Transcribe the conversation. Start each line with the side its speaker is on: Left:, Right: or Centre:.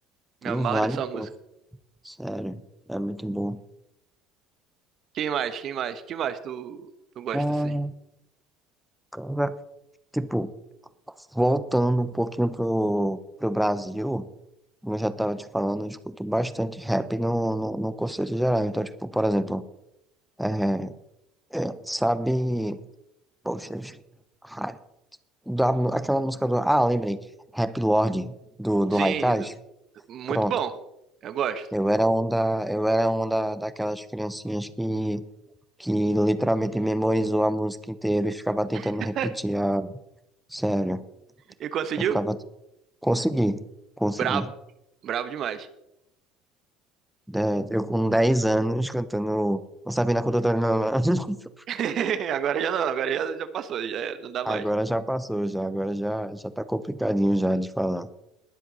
Centre: Tenho
Right: Me amarra
Centre: vários
Right: nessa música.
Centre: posts, sério. É muito bom.
Right: Quem mais? Quem mais? Quem mais tu, tu gosta
Centre: Olha,
Right: assim?
Centre: cara, tipo, voltando um pouquinho pro, pro Brasil. Como eu já estava te falando, eu escuto bastante rap no, no, no conceito geral. Então, tipo, por exemplo, é, é, sabe, poxa, ra- da, mu- aquela música do, ah, lembrei, Rap Lord do, do
Right: Sim,
Centre: Haikais?
Right: muito
Centre: Pronto.
Right: bom. Eu gosto.
Centre: Eu era um da, eu era um da, daquelas criancinhas que, que literalmente memorizou a música inteira e ficava tentando
Right: <laughs>
Centre: repetir. Ah, sério,
Right: E conseguiu?
Centre: eu ficava, consegui, consegui.
Right: Brabo. Brabo demais.
Centre: De- eu com 10 anos cantando, não sabia na condutora, não. <laughs>
Right: <laughs> Agora já não, agora já, já passou, já era, não dá
Centre: Agora
Right: mais.
Centre: já passou, já, agora já, já tá complicadinho já de falar.